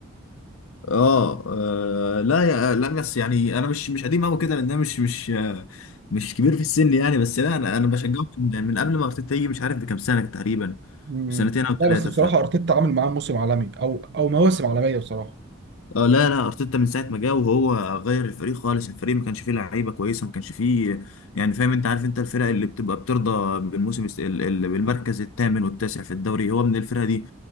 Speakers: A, on the left; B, on the right.
A: اه آه، لا يا لا بس يعني انا مش مش قديم قوي كده لان انا مش مش آه، مش كبير في السن يعني بس لا انا انا بشجعه من من قبل ما ارتيتا يجي مش عارف بكام سنه تقريبا
B: مم.
A: بسنتين او ثلاثه
B: لا بس بصراحة أرتيتا عامل معاه موسم عالمي أو أو مواسم عالمية بصراحة
A: اه لا لا ارتيتا من ساعه ما جه وهو غير الفريق خالص الفريق ما كانش فيه لعيبه كويسه ما كانش فيه يعني فاهم انت عارف انت الفرق اللي بتبقى بترضى بالموسم الس- ال- ال- بالمركز الثامن والتاسع في الدوري هو من الفرقه دي